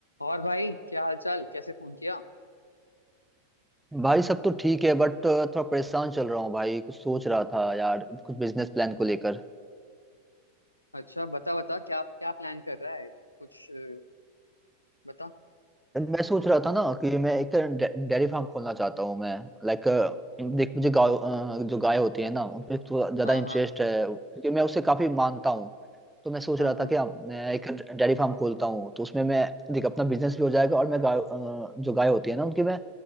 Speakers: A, on the left; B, in the centre.
A: और भाई क्या हालचाल कैसे फोन किया
B: भाई सब तो ठीक है बट थोड़ा परेशान चल रहा हूँ भाई कुछ सोच रहा था यार कुछ बिजनेस प्लान को लेकर
A: अच्छा बता बता क्या क्या प्लान कर रहा है कुछ अ, बता
B: मैं सोच रहा था ना कि मैं एक डेयरी फार्म खोलना चाहता हूँ मैं लाइक देख मुझे गाय अ, जो गाय होती है ना उन पे थोड़ा ज्यादा
A: हाँ
B: इंटरेस्ट
A: हाँ
B: है क्योंकि मैं उसे काफी मानता हूँ तो मैं सोच
A: हाँ
B: रहा था
A: हाँ
B: कि हम, मैं एक डेयरी फार्म खोलता हूँ तो उसमें मैं देख अपना बिजनेस भी हो जाएगा और मैं गाय अ, जो गाय होती है ना उनकी मैं